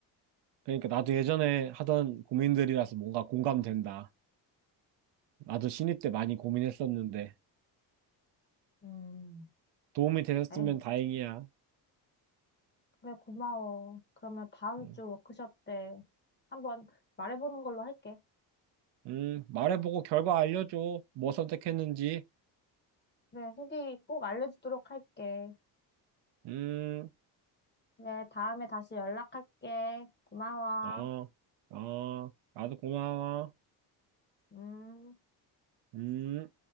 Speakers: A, on the right; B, on the left.
A: 그러니까 나도 예전에 하던 고민들이라서 뭔가 공감된다 나도 신입 때 많이 고민했었는데
B: 음,
A: 도움이 되었으면
B: 아이,
A: 다행이야.
B: 그래 고마워. 그러면 다음
A: 응.
B: 주 워크숍 때 한번 말해보는 걸로 할게.
A: 음, 말해보고 결과 알려줘. 뭐 선택했는지.
B: 그래, 후기 꼭 알려주도록 할게.
A: 음,
B: 그래, 다음에 다시 연락할게. 고마워.
A: 어, 어, 나도 고마워.
B: 음.
A: 음.